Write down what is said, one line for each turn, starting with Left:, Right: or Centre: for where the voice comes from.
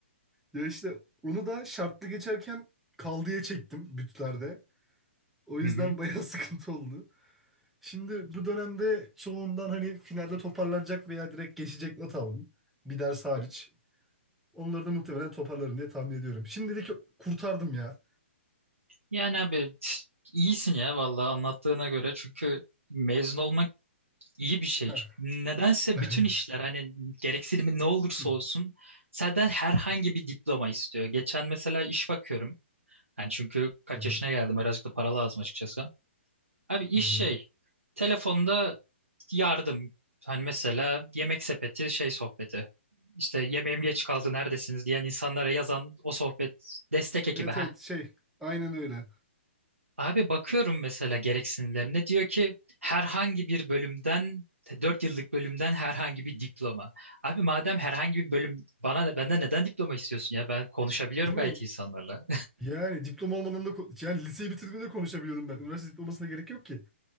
Centre: ya işte onu da şartlı geçerken kaldıya çektim bütlerde. O
Right: Hı
Centre: yüzden
Right: hı.
Centre: bayağı <laughs> sıkıntı oldu. Şimdi bu dönemde çoğundan hani finalde toparlanacak veya direkt geçecek not aldım. Bir ders hariç. Onları da muhtemelen toparlarım diye tahmin ediyorum. Şimdilik kurtardım ya.
Right: Yani abi iyisin ya vallahi anlattığına göre çünkü mezun olmak iyi bir şey.
Centre: Heh.
Right: Nedense
Centre: <laughs>
Right: bütün işler hani gereksinimi ne olursa
Centre: Hı
Right: olsun senden herhangi bir diploma istiyor. Geçen mesela iş bakıyorum. Yani çünkü kaç
Centre: hı hı.
Right: yaşına geldim birazcık da para lazım açıkçası. Abi iş
Centre: hı.
Right: şey. Telefonda yardım. Hani mesela yemek sepeti şey sohbeti. İşte yemeğim geç kaldı neredesiniz diyen insanlara yazan o sohbet destek ekibi.
Centre: Evet
Right: ha.
Centre: evet şey aynen öyle.
Right: Abi bakıyorum mesela gereksinimlerine diyor ki herhangi bir bölümden e, 4 yıllık bölümden herhangi bir diploma. Abi madem herhangi bir bölüm bana benden neden diploma istiyorsun ya ben konuşabiliyorum
Centre: Değil
Right: gayet
Centre: mi?
Right: insanlarla.
Centre: Yani diploma olmadan da ko- yani liseyi bitirdiğimde konuşabiliyordum ben. Üniversite diplomasına gerek yok ki.